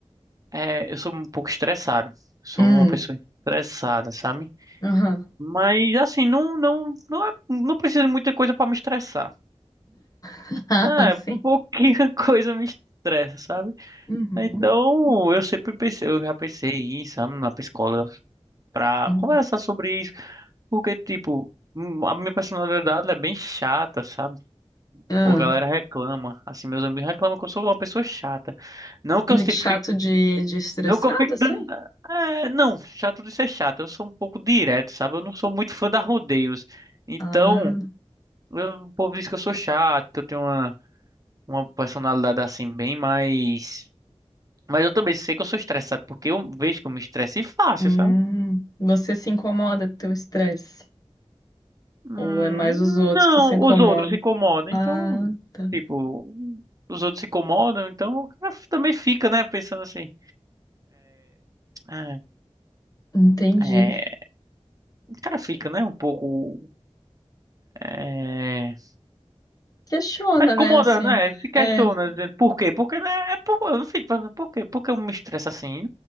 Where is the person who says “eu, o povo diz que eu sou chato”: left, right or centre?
Right